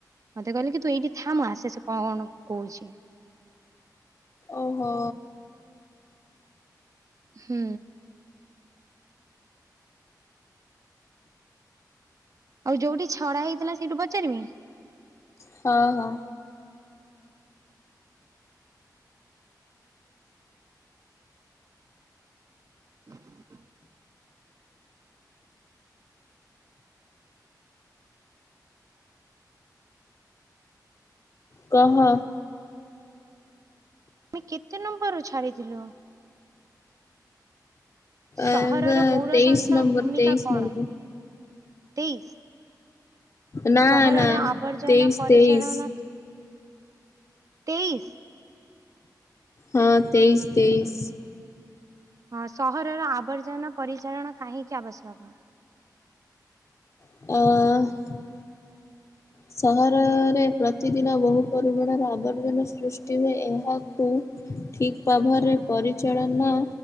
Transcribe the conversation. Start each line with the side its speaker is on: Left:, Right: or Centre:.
Right: ମତେ କହିଲେ କି ତୁ ଏଇଠି ଥା ମୁଁ ଆସେ ସେ କଣ କହୁଚି?
Left: ଓହୋ।
Right: ହୁଁ। ଆଉ ଯୋଉଟି ଛଡା ହେଇଥିଲା ସେଇଠୁ ପଚାରିମି?
Left: ହଁ ହଁ।
Right: ହଁ
Left: କହ।
Right: ମେ କେତେ ନମ୍ବରରୁୁ ଛାଡିଥିଲୁ? ସହରର
Left: ଏବେ
Right: ପୌର
Left: ତେଇଶ
Right: ସଂସ୍ଥା
Left: ନମ୍ବର
Right: ଭୂମିକା
Left: ତେଇଶ
Right: କଣ?
Left: ନମ୍ବର
Right: ତେଇଶ।
Left: ନା
Right: ସହରର
Left: ନା
Right: ଆବର୍ଜନା
Left: ତେଇଶ
Right: ପରିଚାଳନା
Left: ତେଇଶ।
Right: ତେଇଶ।
Left: ହଁ ତେଇଶି ତେଇଶ।
Right: ହଁ ସହରର ଆବର୍ଜନା ପରିଚାଳନା କାହିଁକି ଆବଶ୍ୟକ?
Left: ଅଁ। ସହରରେ ପ୍ରତିଦିନ ବହୁ ପରିମାଣର ଆବର୍ଜନା ସୃଷ୍ଟି ହୁଏ ଏହାକୁ ଠିକ ପାଭାର୍ ରେ ପରିଚାଳନା